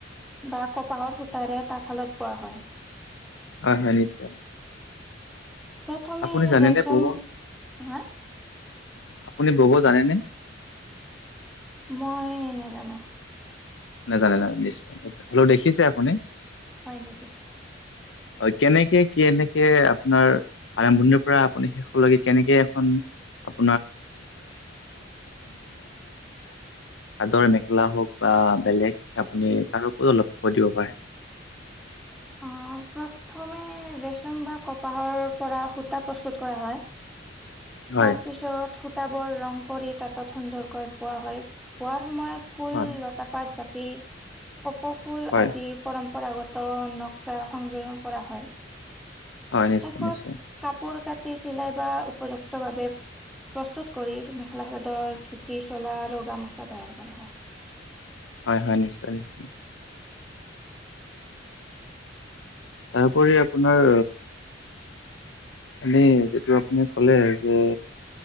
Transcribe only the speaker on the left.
<inaudible>
আপুনি জানেনে
বব
আপুনি বব জানেনে?
নাজানে, নানে, নিশ্চয়, নিশ্চয়, হলেও দেখিছে আপুনি?
হয়, কেনেকে কি কেনেকে আপোনাৰ আৰম্ভণিৰ পৰা আপুনি শেষলৈকে কেনেকে এখন। আপ চাদৰ মেখেলা হওক বা বেলেগ আপুনি তাৰ পৰত অলপ কৈ দিব পাৰে।
হয়
হয়
হয়
হয়, নিশ্চয়,
নিশ্চয়।
হয়, হয় নিশ্চয়, নিশ্চয়। তাৰোপৰি আপোনাৰ এনেই যিটো আপুনি কলে যে